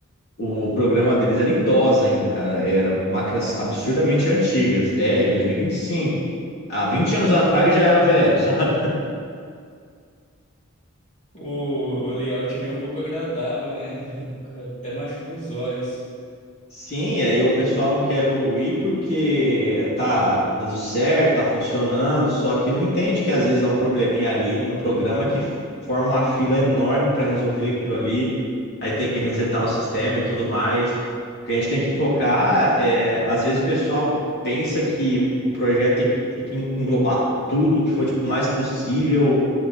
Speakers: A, on the left; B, on the left.
A: o programa deles era em DOS ainda, cara. Era máquinas
B: Nossa.
A: absurdamente antigas. É, em dois mil e e vinte e cinco Há 20 anos atrás já era velho, <laughs> sabe?
B: O, o layout nem um pouco agradável, né? <laughs> Até machuca os olhos.
A: Sim, aí o pessoal não quer evoluir porque tá dando certo, tá funcionando, só que não entende que às vezes dá um probleminha ali no programa que forma uma fila enorme para resolver aquilo ali, aí tem que resetar o sistema e tudo mais. O que a gente tem que focar é, às vezes o pessoal pensa que o projeto tem que, tem que englobar tudo que for tipo, mais possível